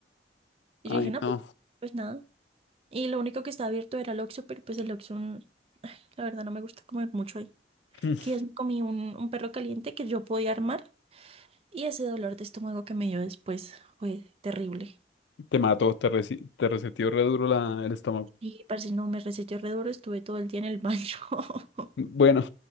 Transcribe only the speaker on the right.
Y
yo dije, no,
pues, pues nada. Y lo único que estaba abierto era el Oxxo, pero pues el Oxxo La verdad no me gusta comer mucho ahí.
Que es- comí un, un perro caliente que yo podía armar y ese dolor de estómago que me dio después fue terrible.
Y parce, no me reseteó re duro, estuve todo el día en el baño. <laughs>